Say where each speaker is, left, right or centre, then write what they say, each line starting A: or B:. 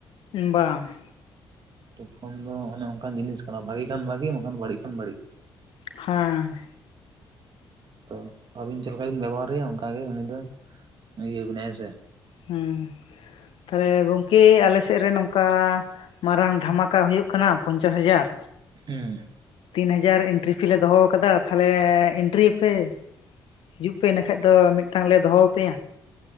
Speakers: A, on the left (about 70°); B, on the right (about 55°).
A: ᱵᱟᱝ
B: ᱯᱷᱳᱱ ᱫᱚ ᱚᱱᱮ ᱚᱱᱠᱟᱱ ᱡᱤᱱᱤᱥ ᱠᱟᱱᱟ ᱵᱷᱟᱜᱤ ᱠᱷᱟᱱ ᱵᱷᱟᱜᱤ ᱵᱟᱝᱠᱷᱟᱱ ᱵᱟᱹᱲᱤᱡ ᱠᱷᱟᱱ ᱵᱟᱹᱲᱤᱡ
A: ᱦᱟᱸ
B: ᱛᱚ ᱟᱹᱵᱤᱱ ᱪᱮᱫ ᱞᱮᱠᱟ ᱵᱤᱱ ᱵᱮᱵᱚᱦᱟᱨᱮᱭᱟ ᱚᱱᱠᱟ ᱜᱮ ᱩᱱᱤ ᱫᱚ ᱤᱭᱟᱹ ᱵᱤᱱᱟᱭ ᱦᱮᱥᱮ
A: ᱦᱩᱸ ᱛᱟᱦᱞᱮ ᱜᱚᱝ ᱠᱮ ᱟᱞᱮᱥᱮᱫ ᱨᱮ ᱱᱚᱝᱠᱟ ᱢᱟᱨᱟᱝ ᱫᱷᱟᱢᱟᱠᱟ ᱦᱩᱭᱩᱜ ᱠᱟᱱᱟ ᱯᱚᱧᱪᱟᱥ ᱦᱟᱡᱟᱨ᱾
B: ᱦᱩᱸ ᱦᱩᱸ
A: ᱛᱤᱱ ᱦᱟᱡᱟᱨ ᱮᱱᱴᱨᱤ ᱯᱷᱤ ᱞᱮ ᱫᱚᱦᱚ ᱠᱟᱫᱟ ᱛᱟᱦᱞᱮ ᱮᱱᱴᱨᱤᱯᱮ ᱦᱤᱡᱩᱜ ᱯᱮ ᱤᱱᱟᱹ ᱠᱷᱟᱡ ᱫᱚ ᱢᱤᱫᱴᱟᱝ ᱞᱮ ᱫᱚᱦᱟ ᱟᱯᱮᱭᱟ᱾